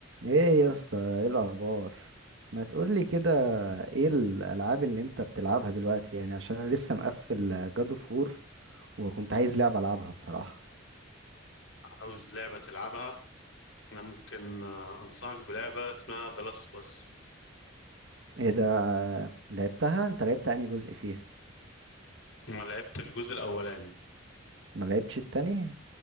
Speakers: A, on the right; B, on the left.
A: ايه يا اسطى ايه الاخبار ما تقولي كده ايه الالعاب اللي انت بتلعبها دلوقتي يعني عشان انا لسه مقفل جادو فور وكنت عايز لعبه العبها بصراحه
B: عاوز لعبة تلعبها أنا ممكن آه، أنصحك بلعبة اسمها The Last of Us
A: ايه ده لعبتها انت لعبت انهي جزء فيها
B: أنا لعبت الجزء الأولاني
A: ما لعبتش التاني